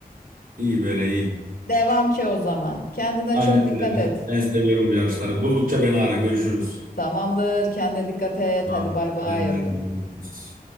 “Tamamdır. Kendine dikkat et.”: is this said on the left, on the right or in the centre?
Left